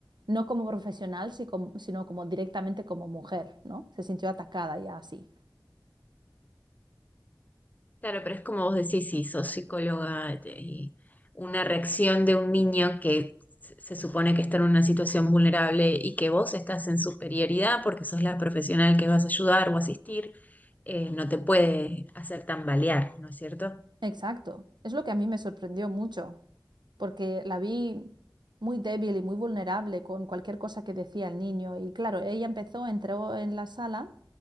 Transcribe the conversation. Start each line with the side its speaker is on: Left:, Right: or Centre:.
Right: no como profesional, si sino como directamente como mujer, ¿no? Se sintió atacada ya así.
Left: Claro, pero es como vos decís, si sos psicóloga te- y una reacción de un niño que se se supone que está en una situación vulnerable y que vos estás en superioridad porque sos la profesional que vas a ayudar o asistir, eh, no te puede hacer tambalear, ¿no es cierto?
Right: Exacto. Es lo que a mí me sorprendió mucho, porque la vi muy débil y muy vulnerable con cualquier cosa que decía el niño. Y claro, ella empezó, entró en la sala